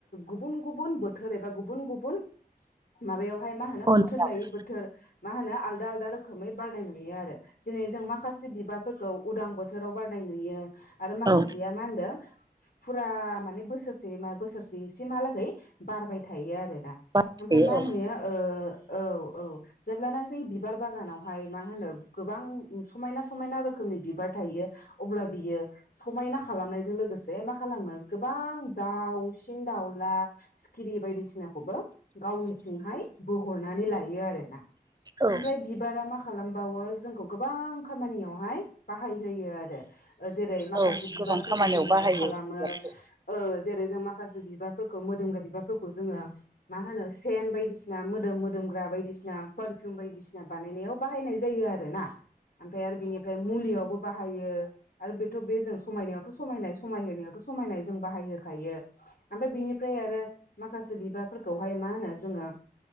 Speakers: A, on the left (about 65°); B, on the right (about 25°).
A: गुबुन गुबुन बोथोर एबा गुबुन गुबुन माबायावहाय मा होनो
B: औ
A: बोथोर
B: नोंथां
A: लायै बोथोर मा होनो आलदा आलदा रोखोम खोमै बारनाय नुयो आरो जेरै जों माखासे बिबारफोरखौ उदां बोथोर बोथोराव बारनाय नुयो आरो माखासेया
B: औ
A: मा होनदों फुरा माने बोसोरसे मा बोसोरसे एसेमहालागै बारबाय थायो आरो मफ्राय
B: बाहायो
A: मा
B: औ
A: नुयो औ औ जेब्लान बै बिबार बागानाव बेहाय मा होनो गोबां समायना समायना रोखोमनि बिबार थायो अब्ला बियो समायना खालामनायजों लोगोसे मा खालामो गोबां दाउसिन दाउला खिरि बायदिसिनाखौबो गावनिथिंहाय बोहरनानै लायो आरोना।
B: औ
A: आफ्राय बिबारामा खालामबावो जोंखौ गोबां खामानियावहाय बाहाय होयो आरो। जेरै माखासे
B: औ
A: बिबारफोरखौ
B: गोबां खामानियाव
A: जों मायाव
B: बाहायो
A: खालामो
B: बिबारखौ
A: ओ जेरै जों माखासे बिबारफोरखौ मोदोमग्रा बिबारफोरखौ मा होनो सेन बायदिसना मोदोम मो ग्रा बायदिसिना पारफिउम बायदिसिना बानायनायाव बाहायनाय जायो आरोना। ओमफ्राय आरो बेनिफ्राय मुलियावबो बाहायो आरो बेथ' बे जों समायनायावथ' समायनाय समायहोनायावथ' समायनाय जों बाहायहोखायो ओमफ्राय बिनिफ्राय आरो माखासे बिबारफोरखौहाय मा होनो जोङो